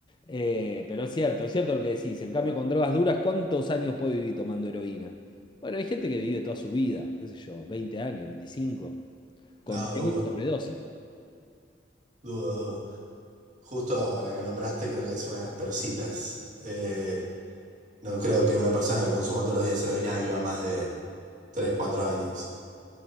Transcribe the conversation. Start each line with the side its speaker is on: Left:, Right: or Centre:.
Left: Eh, pero es cierto, es cierto lo que decís, en cambio con drogas duras, ¿cuántos años puede vivir tomando heroína? Bueno, hay gente que vive toda su vida, qué sé yo, 20 años, 25 con
Right: No,
Left: riesgo
Right: dudo,
Left: de sobredosis.
Right: dudo, dudo. Justo la que nombraste creo que es una de las persitas. Eh, no creo que una persona que consuma todos los días heroína viva más de tres cuatro años.